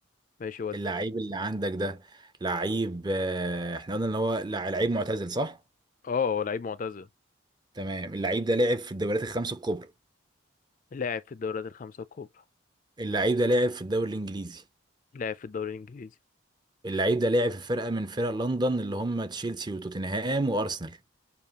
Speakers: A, on the left; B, on the right.
A: ماشي ودي
B: اللعيب اللي عندك ده لعيب آه، احنا قلنا ان هو لع- لعيب معتزل صح؟
A: اه هو لعيب معتزل
B: تمام اللعيب ده لعب في الدوريات الخمس الكبرى
A: لاعب في الدوريات الخمسة الكبرى
B: اللعيب ده لعب في الدوري الانجليزي
A: لاعب في الدوري الانجليزي
B: اللعيب ده لعب في فرقة من فرق لندن اللي هم تشيلسي وتوتنهام وارسنال